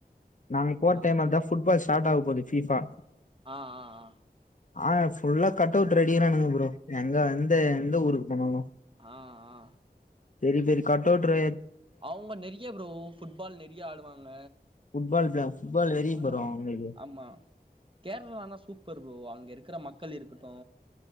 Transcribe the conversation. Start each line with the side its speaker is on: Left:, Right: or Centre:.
Left: நாங்க போற
Right: ஆ
Left: டைம்ல தா ஃபுட்பால் ஸ்டார்ட் ஆக போகுது ஃபீபா
Right: ஆ ஆ ஆ
Left: ஆ ஃபுல்லா கட்டவுட் ரெடிக்ரானுங்க ப்ரோ எங்க எந்த எந்த ஊருக்கு போனாலு
Right: ஆ ஆ
Left: பெரி பெரிய கட்டவுட்றே
Right: அவங்க நிறைய ப்ரோ ஃபுட்பால் நிறைய ஆடுவாங்க
Left: ஃபுட்பால் தா ஃபுட்பால் வெரி
Right: ஆமா
Left: ப்ரோ அவுங்குளுக்கு
Right: ஆமா கேரளானா சூப்பர் ப்ரோ அங்க இருக்ற மக்கள் இருக்குட்டு